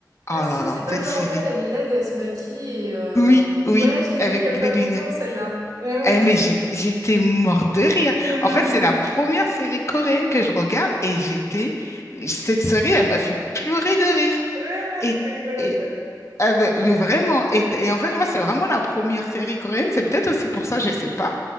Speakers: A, on the right; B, on the left.
A: Ah
B: Oh
A: si,
B: là là,
A: c'est pas
B: cette
A: genre
B: série.
A: en fait elle est laide et elle se maquille et euh,
B: Oui, oui,
A: ouais je l'ai
B: avec
A: vue il y a pas
B: les
A: longtemps
B: lunettes.
A: celle-là. Ouais ouais
B: Eh, mais
A: ouais
B: j'ai- j'étais morte de rire.
A: ouais,
B: En fait, c'est
A: je-
B: la première série coréenne que je regarde et j'étais. Cette série, elle m'a fait pleurer de rire.
A: ouais, ouais,
B: Et,
A: elle était rigolote
B: et-
A: ouais.
B: ah, mais, mais vraiment, et, et en fait, moi, c'est vraiment la première série coréenne. C'est peut-être aussi pour ça, je sais pas.